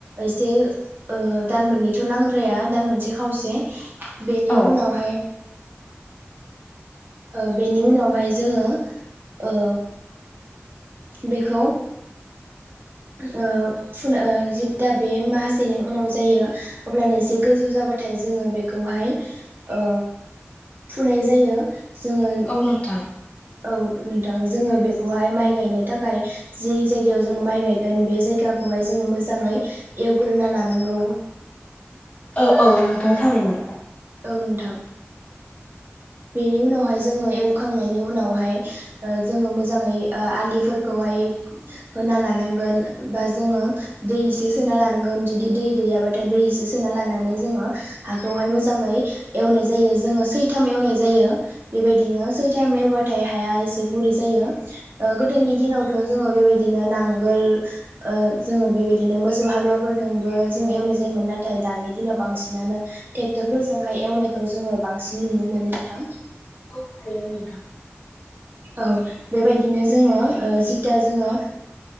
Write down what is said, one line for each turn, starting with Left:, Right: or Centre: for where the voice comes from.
Right: एसे ओ दान मोननैथ' नांद्राया दान मोनसे खावसे बेनि
Left: औ
Right: उनावहाय ओ बेनि उनावहाय जोङो ओ बेखौ ओ फुुन जिबथा बे माहासेनि उनाव जायो अब्लानो एसे गोजौ जाबाथाय जोङो बेखौहाय ओ फुनाय जायो जोङो
Left: औ नोंथां
Right: औ नोंथां जोङो बेखौहाय माइ गायनो थाखाय जि जायगायाव जोंङो माइ गाय गोन बे जायगाखौहाय जोङो मोजाङै एवग्रोना लानांगौ
Left: औ औ नोंथाङा थारैनो
Right: औ नोंथां बेनि उनावहाय जोङो एवखांनायनि उनावहाय ओ जोङो मोजाङै आ आलिफोरखौहाय होना लानांगोन बा जोङो दै एसे सोना लानांगोन जुदि दै गैयाबाथाय दै एसे सोना लानानै जोङो हाखौहाय मोजाङै एवनाय जायो जोङो सैथा जायो बेबायदिनो सैथा एवबाथाय हाया एसे गुरै जायो। ओ गोदोनि दिनावथ' जोङो बेबायदिनो नांगोल ओ जोङो बेबायदिनो मोसौ हालुवाफोरजोंबो जों एवनाय जायोमोन नाथाय नाथाय दानि दिनाव बांसिनानो
Left: औ
Right: ट्रेक्टरफोरजोंहाय एवनायखौ जोङो बांसिन नुनो मोनो नोंथां।
Left: औ थारैनो नोंथां
Right: औ बेबायदिनो जोङो ओ जिता जोङो